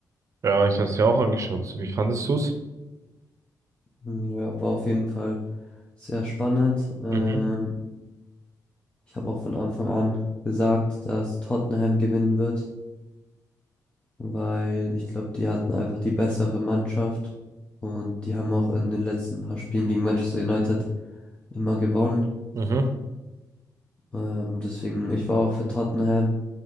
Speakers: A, on the right (about 50°); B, on the left (about 15°).
A: Ja, ich habe es ja auch angeschaut. Wie fandest du's?
B: Hm, ja, war auf jeden Fall sehr spannend. Ähm,
A: Mhm.
B: ich habe auch von Anfang an gesagt, dass Tottenham gewinnen wird, weil ich glaube, die hatten einfach die bessere Mannschaft und die haben auch in den letzten paar Spielen gegen Manchester United immer gewonnen.
A: Mhm.
B: Ähm, deswegen, ich war auch für Tottenham,